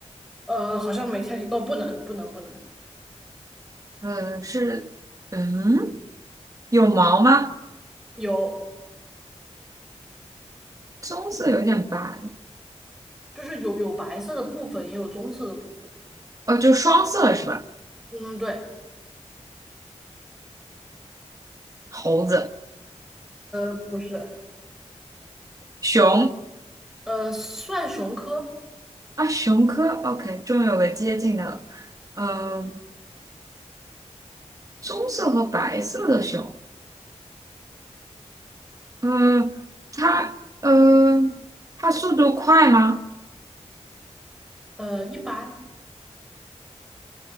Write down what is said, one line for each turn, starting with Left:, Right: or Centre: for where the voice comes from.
Centre: 呃好像没太哦不能不能不能
Right: 呃，是，嗯。有毛吗？
Centre: 有
Right: 棕色有点白，
Centre: 就是有有白色的部分，也有棕色的部分。
Right: 哦，就双色是吧？
Centre: 嗯对，
Right: 猴子、
Centre: 呃不是，
Right: 熊
Centre: 呃算熊科，
Right: 啊，熊科，OK，终于有个接近的了。嗯、棕色和白色的熊，嗯、它，呃，它速度快吗？
Centre: 呃一般